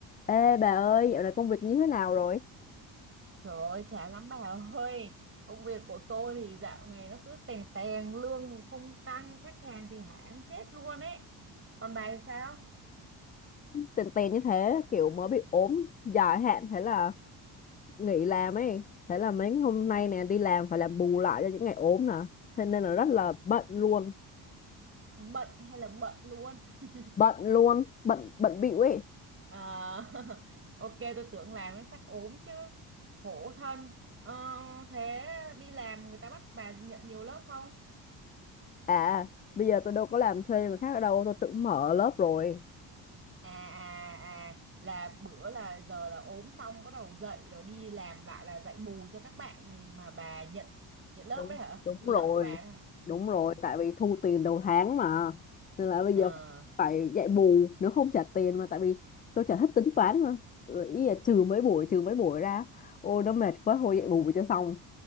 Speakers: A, on the left; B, on the right.
A: Ê bà ơi, dạo này công việc như thế nào rồi?
B: Trời ơi chán lắm bà ơi Công việc của tôi thì dạo này nó cứ tèn tèn Lương thì không tăng Khách hàng thì hãm chết luôn ấy Còn bà thì sao
A: Tèn tèn như thế, kiểu mới bị ốm dài hạn, thế là nghỉ làm ấy. Thế là mấy ngày hôm nay nè, đi làm phải làm bù lại cho những ngày ốm nè. Thế nên là rất là bận luôn.
B: Bận hay là bận luôn <laughs>
A: Bận luôn, bận bận bịu ấy.
B: Ờ, <laughs> Ok tôi tưởng làm mới phát ốm chứ Khổ thân Ờ, Thế đi làm người ta bắt bà nhận nhiều lớp không
A: À, bây giờ tôi đâu có làm thuê người khác ở đâu, tôi tự mở lớp rồi.
B: à à à là bữa là giờ là ốm xong bắt đầu dậy rồi đi làm lại là dạy bù cho các bạn mà bà nhận nhận lớp
A: đúng
B: đấy hả
A: đúng
B: là
A: rồi
B: lớp của bà đấy hả
A: đúng rồi
B: ừ
A: tại vì thu tiền đầu tháng mà nên là bây
B: ờ
A: giờ phải, phải dạy bù nếu không trả tiền mà tại vì tôi chả thích tính toán mà Rồi ý là trừ mấy buổi trừ mấy buổi ra ôi nó mệt quá thôi dạy bù cho xong